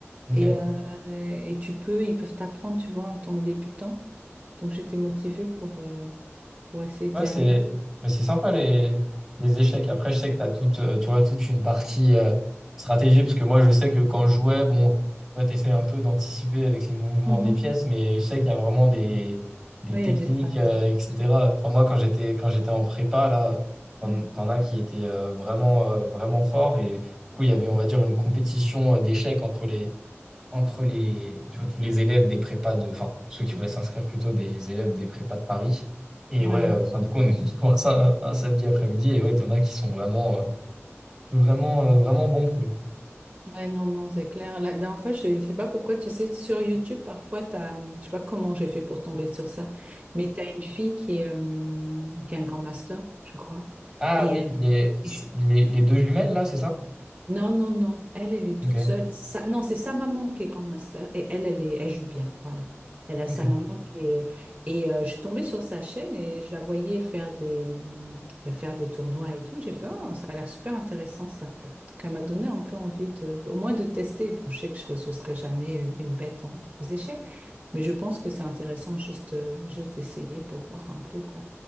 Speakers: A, in the centre; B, on the right.
A: Ok.
B: et, euh, et tu peux, ils peuvent t'apprendre, tu vois, en tant que débutant. Donc j'étais motivée pour, euh, pour essayer d'y
A: Ouais, c'est
B: aller.
A: mais c'est sympa les... les échecs. Après, je sais que tu as toute, euh, tu vois, toute une partie euh, stratégie, parce que moi, je sais que quand je jouais, bon, tu essaies un peu d'anticiper avec les mouvements
B: Mhm.
A: des pièces, mais je sais qu'il y a vraiment des, des
B: Ouais,
A: techniques,
B: il y a des stratégies.
A: euh, etc. Enfin, moi, quand j'étais quand j'étais en prépa, là, t'en
B: Ouais.
A: t'en as qui étaient euh, vraiment, euh, vraiment forts. Et du coup, il y avait, on va dire, une compétition euh, d'échecs entre les, entre les, tu vois, tous les élèves des prépas de, enfin, ceux qui
B: Mhm.
A: voulaient s'inscrire plutôt des élèves des prépas de Paris. Et
B: Ouais,
A: ouais, euh, enfin, du coup, on est <laughs> voir ça un, un samedi après-midi. Et ouais, t'en as qui sont vraiment, euh, vraiment, euh, vraiment bons pour le coup.
B: ouais, non, non, c'est clair. La dernière fois, je, je sais pas pourquoi, tu sais, sur YouTube, parfois, t'as, hum, je sais pas comment j'ai fait pour tomber sur ça, mais t'as une fille qui est, euh, qui est un grand master, je crois.
A: Ah
B: Et,
A: oui,
B: euh,
A: les, c'est-
B: et je-
A: les, les deux jumelles là, c'est ça?
B: Non, non, non. Elle, elle est
A: Ok,
B: toute seule. Sa- non, c'est sa maman qui est grand master et elle, elle est, elle joue bien. Voilà. Elle a
A: ok.
B: sa maman qui est. Et euh, je suis tombée sur sa chaîne et je la voyais faire des, hum, ben, faire des tournois et tout. J'ai fait, oh, ça a l'air super intéressant ça. Donc, elle m'a donné un peu envie de, au moins de tester. Bon, je sais que je ne serai jamais euh, une bête en- aux échecs, mais je pense que c'est intéressant juste, euh, juste d'essayer pour voir un peu, quoi,